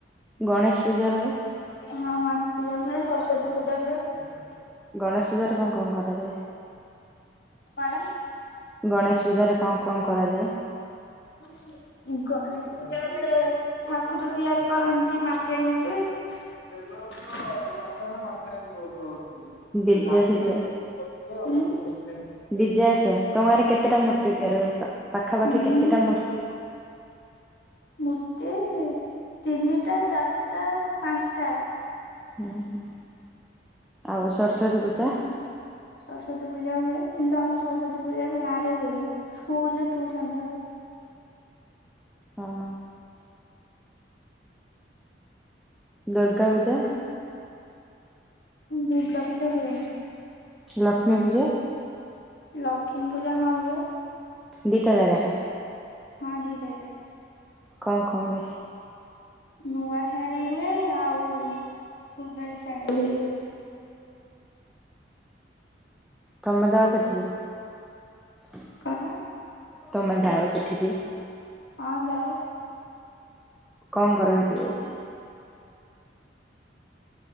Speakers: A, in the centre; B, on the left (about 70°).
A: ଗଣେଶ ପୂଜା ହୁଏ।
B: ହଁ ଗଣେଶ ପୂଜା ହୁଏ ସରସ୍ଵତୀ ପୂଜା ହୁଏ।
A: ଗଣେଶ ପୂଜାରେ କଣ କଣ କରାଯାଏ?
B: କଣ?
A: ଗଣେଶ ପୂଜା ରେ କଣ କଣ କରାଯାଏ?
B: ହ ଗଣେଶ ପୂଜାରେ ଠାକୁର ତିଆରି କରନ୍ତି ମାଟି ଆଣିକି। <unintelligible> ଲାଇଟ ଫାଇଟ୍
A: ଡିଜେ ଫିଜେ
B: କରୁଥିବ
A: ଡିଜେ ଆସେ ତମ ଗାଁରେ ରେ କେତେଟା ମୂର୍ତ୍ତି ତିଆରି ହୁଏ ପାଖାପାଖି
B: ହୁଁ
A: କେତେଟା ମୂର୍ତ୍ତି?
B: ମୂର୍ତ୍ତି ତିନିଟା ଚାରିଟା ପାଞ୍ଚଟା।
A: ହୁଁ ହୁଁ ଆଉ ସରସ୍ଵତୀ ପୂଜା?
B: ସରସ୍ଵତୀ ପୂଜା ହୁଏ କିନ୍ତୁ ଆମର ସରସ୍ଵତୀ ପୂଜା ଗାଁରେ ହୁଏନି ସ୍କୁଲରେ ଟୁସନରେ ହୁଏ।
A: ହଁ। ଦୁର୍ଗା ପୂଜା
B: ଦୁର୍ଗା ପୂଜା ହୁଏନି।
A: ଲକ୍ଷ୍ମୀ ପୂଜା?
B: ଲକ୍ଷ୍ମୀ ପୂଜା ହଁ ହୁଏ।
A: ଦିଇଟା ଜାଗାରେ।
B: ହଁ ଦିଟା ଜାଗା।
A: କଁ କଣ ହୁଏ?
B: ନୂଆ ସାହିରେ ହୁଏ ଆଉ କୁବେରୀ ସାହିରେ ହୁଏ।
A: ତମେ ଯାଅ ସେଠିକି?
B: କଣ?
A: ତମେ ଯାଅ ସେଠିକି?
B: ହଁ ଯାଏ।
A: କଣ କର ହେଟି ଯାଇକି?